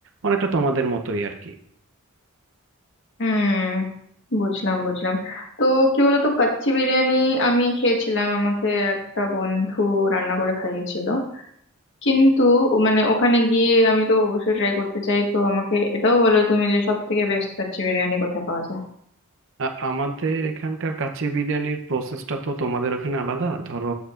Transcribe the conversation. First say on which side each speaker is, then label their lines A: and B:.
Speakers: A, on the right; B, on the left.
A: অনেকটা তোমাদের মতোই আর কি
B: হুম বুঝলাম বুঝলাম তো কি বলতো কাচ্চি বিরিয়ানি আমি খেয়েছিলাম আমাকে একটা বন্ধু রান্না করে খাইয়েছিল কিন্তু ও- মানে ওখানে গিয়ে আমি তো অবশ্যই ট্রাই করতে চাই তো আমাকে এটাও বলো তুমি যে সব থেকে বেস্ট কাচ্চি বিরিয়ানি কোথায় পাওয়া যায়
A: আ- আমাদের এখানকার কাচ্চি বিরিয়ানির প্রসেসটা তো তোমাদের ওখানে আলাদা ধরো